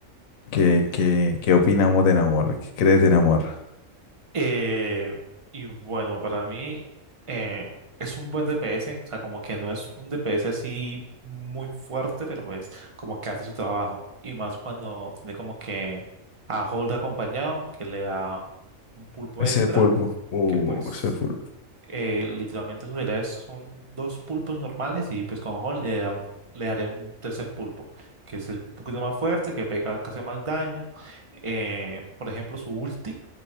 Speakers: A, on the left; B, on the right.
A: ¿Qué, qué, qué opinamos de Namor? ¿Qué crees de Namor?
B: Eh, y bueno, para mí eh, es un buen DPS, o sea, como que no es un DPS así muy fuerte, pero pues como que hace su trabajo. Y más cuando tiene como que a Hold acompañado, que le da un pulpo
A: Ese
B: extra,
A: pulpo. Uh,
B: que pues
A: ese pulpo.
B: eh, literalmente sus habilidades son dos pulpos normales y pues con Hold le da- le daré un tercer pulpo, que es un poquito más fuerte, que pega, que hace más daño. Eh, por ejemplo, su ulti.